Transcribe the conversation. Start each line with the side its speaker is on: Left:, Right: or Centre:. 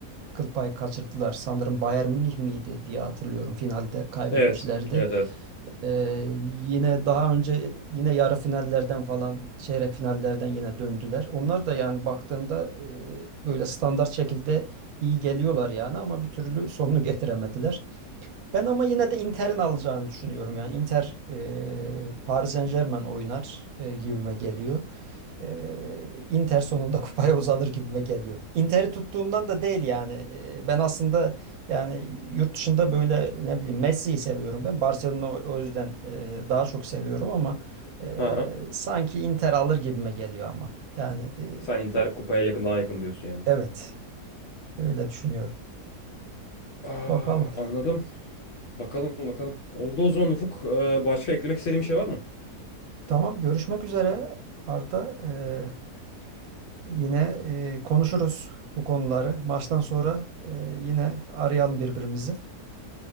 Right: kıl payı kaçırdılar. Sanırım Bayern Münih miydi diye hatırlıyorum. Finalde kaybetmişlerdi.
Left: Evet. Evet evet.
Right: Ee, yine daha önce yine yarı finallerden falan çeyrek finallerden yine döndüler. Onlar da yani baktığında e, böyle standart şekilde iyi geliyorlar yani ama bir türlü sonunu <laughs> getiremediler. Ben ama yine de Inter'in alacağını düşünüyorum. Yani Inter e, Paris Saint-Germain oynar e, gibime geliyor. E, Inter sonunda <laughs> kupaya uzanır gibime geliyor. Inter'i tuttuğumdan da değil yani. E, ben aslında yani yurt dışında böyle ne bileyim Messi'yi seviyorum ben. Barcelona o o yüzden e, daha çok seviyorum ama e,
Left: Hı hı.
Right: sanki Inter alır gibime geliyor ama. Yani e,
Left: Sen Inter kupaya yakın daha yakın diyorsun yani.
Right: evet öyle düşünüyorum.
Left: Aa,
Right: Bakalım.
Left: anladım. Bakalım bakalım. Oldu o zaman Ufuk. Ee, başka eklemek istediğin bir şey var mı?
Right: Tamam görüşmek üzere Arda. E, Yine e, konuşuruz bu konuları. Maçtan sonra e, yine arayalım birbirimizi.